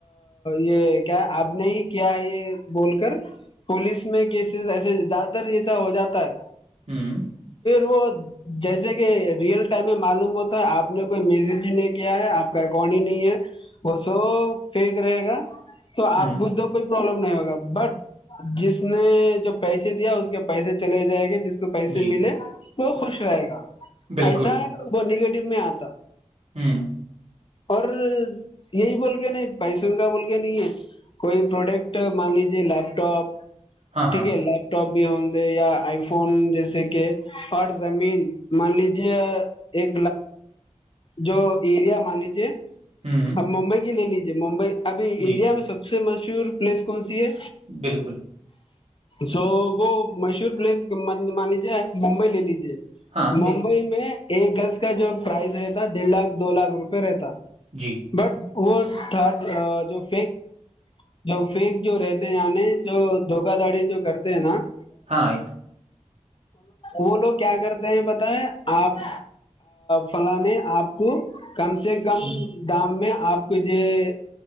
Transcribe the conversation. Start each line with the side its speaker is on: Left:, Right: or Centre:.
Left: یہ کیا آپ نے ہی کیا ہے یہ بول کر پولیس میں کیسز ایسے زیادہ تر جسا ہو جاتا ہے
Right: ہوں <unintelligible>
Left: وہ <unintelligible> جیسے کہ ریئل ٹائم میں معلوم ہوتا ہے آپ نے کوئی میسج ہی نہیں کیا ہے آپ کا اکاؤنٹ ہی نہیں ہے وہ سب فیک رہے گا تو آپ
Right: ہوں
Left: خ تو کوئی پرابلم نہیں ہوگا بٹ جس نے جو پیسے دیا اس کے پیسے چلے جائیں گے جس کو کو پیسے
Right: جی،
Left: ملے وہ خوش رہے گا
Right: بالکل،
Left: ایسا بنی گ میں آتا
Right: ہوں
Left: اور یہی بول کے نہیں پیسوں کا بول کے نہیں ہے کوئی پروڈکٹ مان لیجے لیپ ٹاپ
Right: ہاں، ہاں،
Left: ٹھیک ہے لیپپ ٹاپ بھی ہ دے یا آئی فون جیسے کہ ہر زمین مان لیجے ایک جو ایریا مان لیجے
Right: ہوں،
Left: اب ممبئی کی لے لیجیے جی ممبئی ابھی
Right: جی،
Left: انڈیا میں سب سے مشور ٹور پلیس کون سی ہے
Right: بالکل
Left: سو وہ مشہور پلیس مان لیجیے ممبئی لے لیجیے
Right: ہاں، لے
Left: ممبئی میں ایک گز کا جو پرائز رہتا ڈیڑھ لاکھ دو لاکھ روپے رہتا
Right: جی،
Left: بس وہ تھرڈ جو فیک جو فیک جو رہتے یعنی جو دھوکا دھڑی جو کرتے ہیں نا
Right: ہاں آئی
Left: وہ لوگ کیا کرتے ہیں بتیں آپ فلاان نے آپ کو کم سے کم
Right: ہوں،
Left: دام میں آپ کی یہ